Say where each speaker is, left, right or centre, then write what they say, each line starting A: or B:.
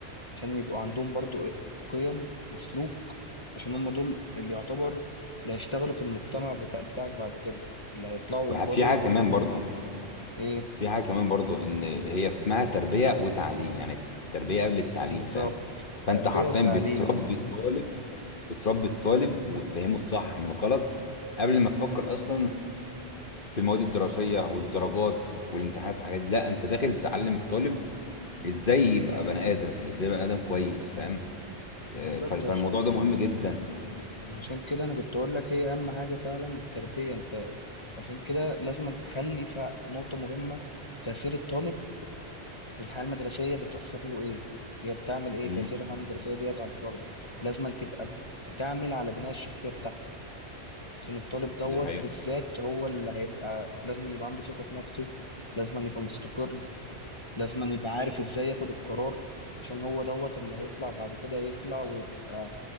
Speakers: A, on the left (about 30°); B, on the left (about 50°).
A: عشان يبقوا عندهم برضو إيه- قيم وسلوك عشان هم دول اللي يعتبر اللي هيشتغلوا في المجتمع بتاع بتاعك بعد كده اللي هيطلعوا
B: وفي
A: يكبروا
B: حاجه كمان
A: وهيبقوا
B: برضو
A: إيه
B: في حاجه كمان برضو ان هي اسمها تربيه وتعليم يعني التربيه قبل التعليم
A: بالظبط
B: فاهم فانت
A: تربية
B: حرفيا
A: وتعليم
B: بتربي الطالب بتربي الطالب وتفهمه الصح من الغلط قبل ما تفكر اصلا في المواد الدراسيه والدرجات والامتحانات والحاجات دي لا انت داخل تعلم الطالب ازاي يبقى بني ادم ازاي بني ادم كويس فاهم
A: بالظبط
B: آه، فال- فالموضوع ده مهم جدا
A: عشان كده انا كنت اقول لك هي اهم حاجه فعلا التربيه انت عشان كده لازم تخلي فع- نقطه مهمه تاثير الطالب الحياه المدرسيه بتاثر له ايه هي بتعمل ايه
B: امم
A: تاثير الحياه المدرسيه ديت على الفرد لازم تبقى بتعمل على بناء الشخصيه بتاعته عشان الطالب دوت
B: دي حقيقة
A: بالذات هو اللي هيبقى لازم يبقى عنده ثقه في نفسه لازم يبقى مستقر لازم يبقى عارف ازاي ياخد القرار عشان هو دوت اللي هيطلع بعد كده يطلع ويبقى